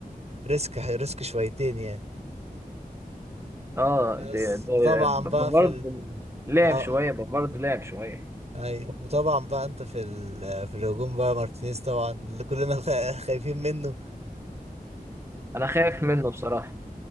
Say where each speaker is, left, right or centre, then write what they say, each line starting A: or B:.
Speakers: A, on the right (about 45°); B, on the right (about 15°).
A: ريسك ريسك شويتين يعني
B: اه
A: بس
B: ده ده
A: وطبعا
B: بافارد
A: بقى في ال
B: لعب
A: اه
B: شويه بافارد لعب شويه
A: ايوه وطبعا بقى انت في ال... في الهجوم بقى مارتينيز طبعا اللي كلنا خا- خايفين منه
B: انا خايف منه بصراحه